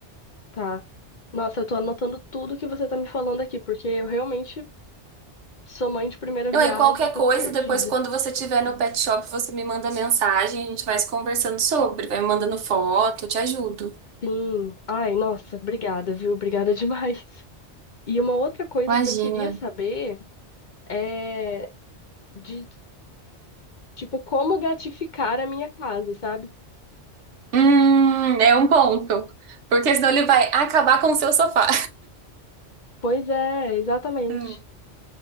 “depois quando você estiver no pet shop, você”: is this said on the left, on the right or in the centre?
Right